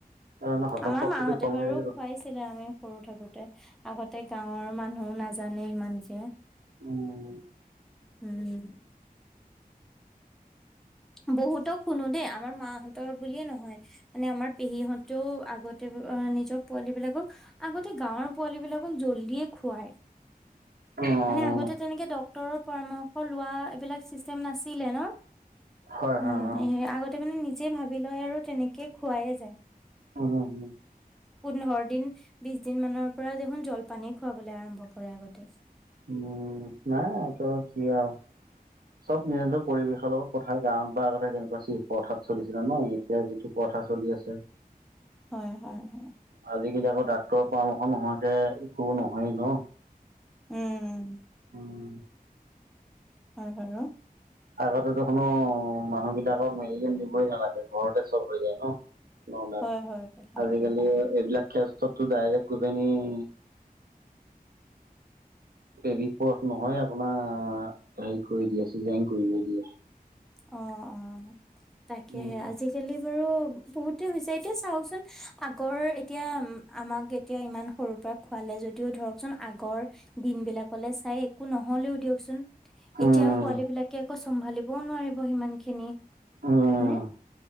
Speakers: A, on the right; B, in the centre.
A: কাৰণ হজম
B: আমাৰ
A: শক্তিটো
B: মাহঁতে
A: কম
B: বাৰু
A: হৈ গ'ল।
B: খুৱাইছিলে আমি- সৰু থাকোতে আগতে গাঁৱৰ মানুহো নাজানে ইমানকে।
A: উম উম'
B: উম' বহুতক শুনো দেই আমাৰ মাহঁতৰ বুলিয়ে নহয়। মানে আমাৰ পেহীহঁতেও আগতে নিজৰ পোৱালী বিলাকক- আগতে গাঁৱৰ পোৱালী বিলাকক জল্দিয়ে খুৱাই,
A: উম
B: মানে আগতে তেনেকে ডক- ক্তৰৰ পৰামৰ্শ লোৱা এইবিলাক চিষ্টেম নাছিলেই ন।
A: হয়,
B: উম'
A: হয়, অ'।
B: এ আগতে মানে নিজে ভাবি লয় আৰু তেনেকে খোৱাই এ যায়।
A: অঁ অঁ উম'
B: পোন্ধৰ দিন বিশ দিন মানৰ পৰা দেখোন জলপানে খুৱাবলৈ আৰম্ভ কৰে আগতে।
A: উম' নাই এইতো আৰু কি আৰু? চব নিজ নিজৰ পৰিৱেশৰ লগত কথা গাঁৱত বা আগতে কেনেকুৱা পথাৰত চলিছিলে ন, এতিয়া যিটো- প্ৰথা চলি আছে।
B: হয় হয় হয়।
A: আজিকালি আকৌ ডাক্তৰৰ পৰামৰ্শ নোহোৱাকে একো নহয়েই ন।
B: উম'
A: উম,
B: হল হয়, অও।
A: আগতে তো কোনো মানুহ বিলাকক মেডিকেল নিবই নালাগে, ঘৰতে চব হৈ যায় ন। নৰ্মেল,
B: হয়, হয়, কথাটো
A: আজিকালি
B: হয়।
A: এইবিলাক ক্ষেত্ৰতো ডাইৰেক্ট গৈ পিনি- বেবী পুৰঠ নহয় আপোনাৰ হেৰি কৰি দিয়ে চিজাৰিন কৰি দিয়ে।
B: অঁ অঁ তাকেহে,
A: উম,
B: আজি- কালি বাৰু বহুতে হৈছে এতিয়া চাওকচোন আগৰ এতিয়া আমাক এত- এতিয়া ইমান সৰুৰ পৰা খোৱালে যদিও ধৰকচোন আগৰ- দিনবিলাকলে চাই একো নহলেও দিয়কচোন। এতিয়া
A: উম।
B: পোৱালী
A: উম,
B: বিলাকে আকৌ চম্ভালিবও নোৱাৰিব সিমান খিনি হয়নে?
A: উম,